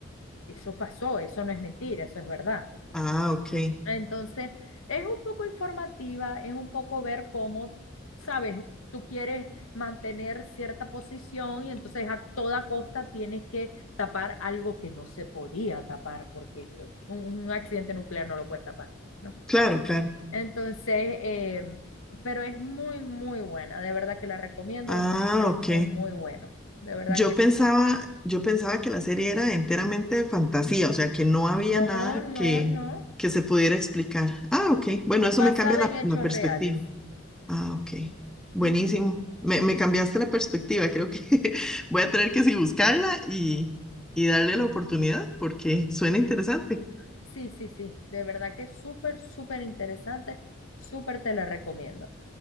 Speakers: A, on the left (about 80°); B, in the centre.
A: eso pasó, eso no es mentira, eso es verdad.
B: Ah, ok.
A: Entonces, es un poco informativa, es un poco ver cómo, sabes, tú quieres mantener cierta posición y entonces a toda costa tienes que tapar algo que no se podía tapar porque un, un accidente nuclear no lo puedes tapar, ¿no?
B: Claro, claro.
A: Entonces, eh, pero es muy, muy buena, de verdad que la recomiendo,
B: Ah,
A: los personajes
B: ok.
A: son muy buenos, de verdad
B: Yo
A: que
B: pensaba,
A: sí.
B: yo pensaba que la serie era enteramente de fantasía, o sea, que no había
A: No,
B: nada
A: no,
B: que,
A: no,
B: que se pudiera explicar. Ah, ok. Bueno,
A: es
B: eso
A: basada
B: me cambia la,
A: en hechos
B: la perspectiva.
A: reales.
B: Ah, ok. Buenísimo.
A: Ujú.
B: Me, me cambiaste la perspectiva. Creo que <laughs> voy a tener que sí buscarla y, y darle la oportunidad porque suena interesante.
A: Sí, sí, sí, de verdad que es súper, súper interesante, súper te la recomiendo,